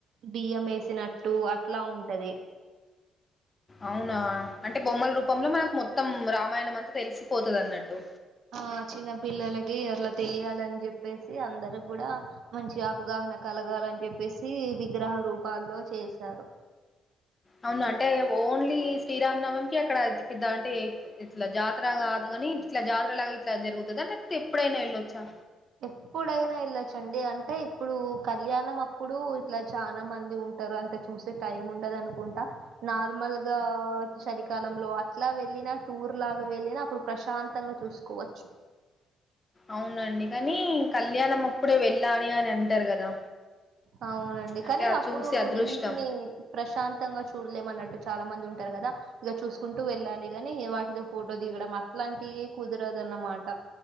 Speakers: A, on the right; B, on the left.
A: బియ్యం వేసినట్టు అట్లా ఉంటది
B: అవునా అంటే బొమ్మల రూపంలో మనకు మొత్తం రామాయణం అంతా తెలిసిపోతుంది అన్నట్టు
A: ఆ చిన్న పిల్లలకి అట్లా తెలియాలని చెప్పేసి అందరు కూడా మంచి ఆపగా న కలగాలని చెప్పేసి విగ్రహ రూపాల్లో చేశారు
B: అవును అంటే ఓన్లీ శ్రీరాంనమంకి అక్కడపిద్దా అంటే ఇట్లా జాతర కాదు కానీ ఇట్లా జాతర లాగా ఇట్లా జరుగుతుంది లేకపోతే ఎప్పుడైనా వెళ్ళొచ్చా
A: ఎప్పుడైనా వెళ్ళొచ్చండి అంటే ఇప్పుడు కళ్యాణం అప్పుడు ఇట్లా చాలా మంది ఉంటు టారు అంతా చూసే టైమ్ ఉండదు అనుకుంటా నార్మల్ గా కాలంలో అట్లా వెళ్ళిన టూర్ లాగా వెళ్ళిన అప్పుడు ప్రశాంతంగా చూసుకోవచ్చు
B: అవునండి కానీ కళ్యాణం అప్పుడే వెళ్ళాలి అని అంటారు కదా
A: అ అవునండి కానీ
B: అంటే అది
A: అప్పుడు
B: చూసి అదృష్టం
A: ఈ వీటిని ప్రశాంతంగా చూడలేమ అన్నట్టు చాలా మంది ఉంటు టారు కదా ఇక చూసుకుంటూ వెళ్ళాలి ని వాటితో ఫోటో దిగడం అట్లాంటి కుదరదు అన్నమాట